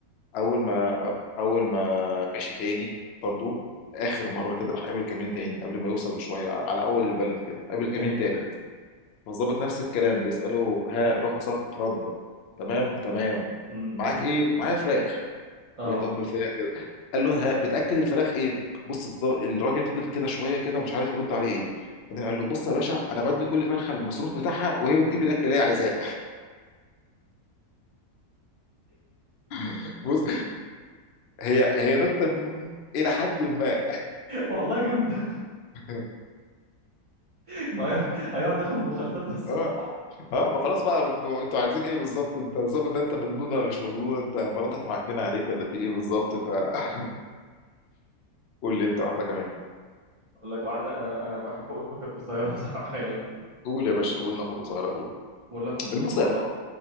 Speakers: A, on the left; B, on the right.
A: اول ما اول ما مشي تاني برضو اخر مره كده راح قابل كمين تاني قبل ما يوصل بشويه على اول البلد كده قابل كمين
B: ايوه
A: تالت فالظابط نفس الكلام بيساله ها رخصك اتفضل تمام تمام
B: أمم،
A: معاك ايه معايا فراخ
B: اه
A: يا دي ام الفراخ كده. قال له ها بتاكل الفراخ ايه بص الظا- الراجل فضل كده شويه كده مش عارف يرد عليه ايه بعدين قال له بص يا باشا انا بدي كل فرخه المصروف بتاعها وهي بتجيب الاكل اللي هي عايزاه <laughs> بص هي هي نكته م- الى حد ما
B: والله جامد
A: <laughs>
B: <laughs> ما هي- هيقعد ياخد مخالفات للصبح
A: اه اه ما خلاص بقى انتوا انتوا عايزين ايه بالظبط انت الظابط ده انت مجنون ولا مش مجنون انت مراتك معكننه عليك ولا في ايه بالظبط فقول <laughs> لي انت واحده كمان
B: اقول لك واحده انا انا بحب اقول نكت قصيره بصراحه يعني
A: قول يا باشا قول نقط قصيره قول
B: بقول لكم
A: البص
B: في مره